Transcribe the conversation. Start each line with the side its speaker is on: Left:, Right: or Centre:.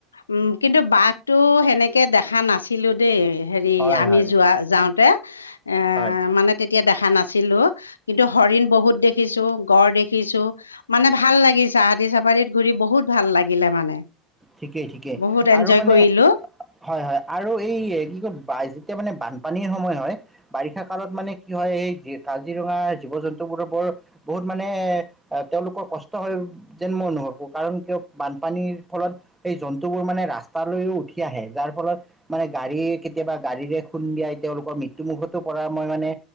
Left: উম কিন্তু বাঘটো সেনেকে দেখা নাছিলো দেই। হেৰি
Centre: হয়
Left: আমি
Centre: হয়
Left: যোৱা যাওঁতে এ
Centre: হয়
Left: মানে এতিয়া দেখা নাছিলো কিন্তু হৰিণ বহুত দেখিছো গড় দেখিছো মানে ভাল লাগিছ হাঁতি চাফাৰীত ঘূৰি বহুত ভাল লাগিলে মানে।
Centre: ঠিকেই ঠিকেই,
Left: বহুত এনজয়
Centre: আৰু মানে
Left: কৰিলো
Centre: হয় হয়, আৰু এই কি কয় যেতিয়া মানে বান পানীৰ সময় হয় বাৰিষা কালত মানে কি হয় এই কাজিৰঙা জীৱ জন্তুবোৰৰ বৰ বহুত মানে এ তেওঁলোকৰ কষ্ট হয় যেন মই অনুভৱ কৰো কাৰণ কিয় বানপানীৰ ফলত এই জন্তুবোৰ মানে ৰাস্তালৈও উঠি আহে যাৰ ফলত মানে গাড়ী কেতিয়াবা গাড়ীৰে খুন্দিয়াই তেওঁলোকৰ মৃত্যুমুুখতো পৰা মই মানে